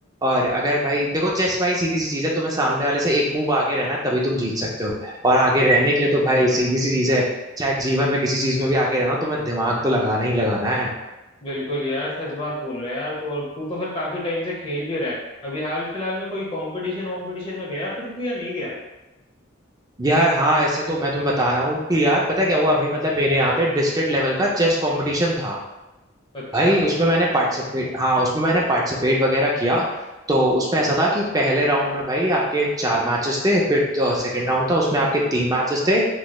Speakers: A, on the right; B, on the left.
A: और अगर भाई देखो चेस भाई सीधी सी चीज है तुम्हें सामने वाले से एक मूव आगे रहना है तभी तुम जीत सकते हो और आगे रहने के लिए तो भाई सीधी सी चीज है चाहे जीवन में किसी चीज में भी आगे रहना हो तुम्हें दिमाग तो लगाना ही लगाना है
B: बिल्कुल यार सच बात बोल रहा है यार तू और तू तो फिर काफी टाइम से खेल भी रहा है अभी हाल फिलहाल में कोई कंपटीशन वॉम्पिटिशन में गया फिर तू या नहीं गया
A: यार हाँ ऐसे तो मैं तुम्हें बता रहा हूँ कि यार पता है क्या हुआ अभी मतलब मेरे यहाँ पे डिस्ट्रिक्ट लेवल का चेस कंपटीशन था
B: अच्छा
A: भाई उसमें मैंने पार्टिसिपेट हाँ उसमें मैंने पार्टिसिपेट वगैरह किया तो उसमें ऐसा था कि पहले राउंड में भाई आपके चार मैचेस थे फिर सेकंड राउंड था उसमें आपके तीन मैचेस थे